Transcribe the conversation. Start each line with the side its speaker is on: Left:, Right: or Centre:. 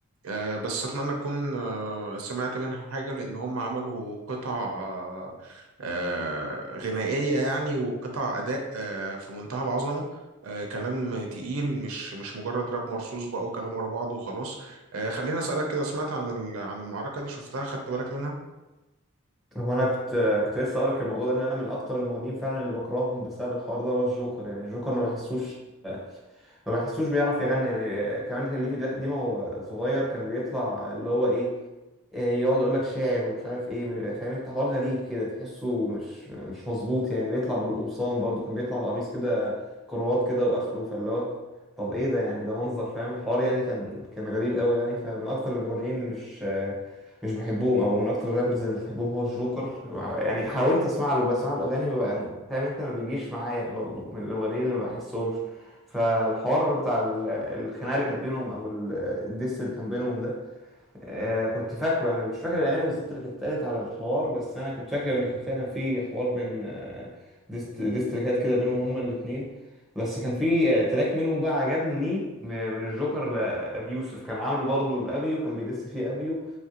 Right: آه، بس اتمنى تكون آه، سمعت منها حاجه لان هم عملوا قطع آه، آه، غنائيه يعني وقطع اداء آه، في منتهى العظمه آه، كلام تقيل مش مش مجرد راب مرصوص بقى وكلام ورا بعض وخلاص آه، خليني اسالك كده سمعت عن ال- عن المعركه دي شفتها خدت بالك منها
Centre: هو انا كنت كنت لسه اقول لك الموضوع ده ان انا من اكتر المغنيين فعلا اللي بكرههم بسبب الحوار ده هو الجوكر يعني الجوكر ما بحسوش ما بحسوش بيعرف يغني يعني آه، كمان كان ليه فيديوهات قديمة وهو صغير كان بيطلع اللي هو ايه آه، يقعد يقول لك شاعر ومش عارف ايه فاهم انت حوار غريب كده تحسه مش مش مظبوط يعني بيطلع بالقمصان برضو كان بيطلع بقميص كده كروات كده وقفله فاللي هو طب ايه ده يعني ده منظر فاهم الحوار يعني كان كان غريب قوي يعني فمن اكتر المغنيين اللي مش آه، مش بحبهم او من اكتر الرابرز اللي مش بحبهم هو الجوكر يعني حاولت اسمع له بسمع له اغاني ما بقى- فاهم انت ما بيجيش معايا برضو من المغنيين اللي ما بحسهمش فالحوار بتاع ال- الخناقه اللي كانت بينهم او ال- الديس اللي كان بينهم ده آه، كنت فاكره يعني مش فاكر الاغاني بالظبط اللي كانت اتقالت على الحوار بس انا كنت فاكر ان كان فعلا في حوار بين آه، ديست ديستريكات كده بينهم هما الاثنين بس كان في آه، تراك منهم بقى عجبني ليه م- من الجوكر لابي يوسف كان عامله برضه لابي وكان بيدس فيه ابيو